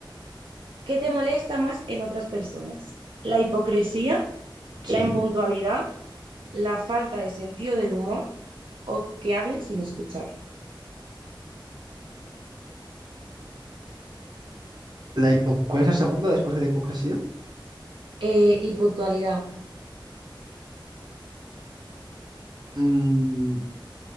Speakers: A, on the right (about 80°); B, on the right (about 55°).
A: ¿Qué te molesta más en otras personas? ¿La hipocresía?
B: Sí.
A: ¿La impuntualidad? la falta de sentido del humor o que hablen sin escuchar.
B: La hipo- ¿Cuál es la segunda después de la hipocresía?
A: Eh, y puntualidad.
B: Mm,